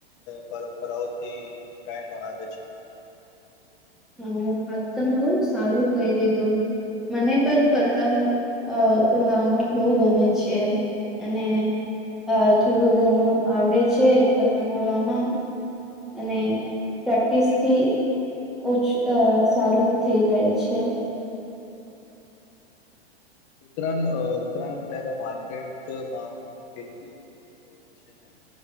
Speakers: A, on the left (about 35°); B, in the centre.
A: પરંપરાઓથી ઉતરાયણ મનાવે છે.
B: હા આતો તમે બહુ સારું કઈ દીધું. મને પણ પતંગ અ ઉડવાનું બહુ ગમે છે. અને અ થોડું ઘનું આવડે છે. પતંગ ઉડવામાં અને પ્રેક્ટિસથી ઓછ અ સારું થઈ જાય છે.
A: ઉત્તરાયણ ઉત્તરાયણ પહેલા માર્કેટમાં કેટલી ભીડ હોય છે ને?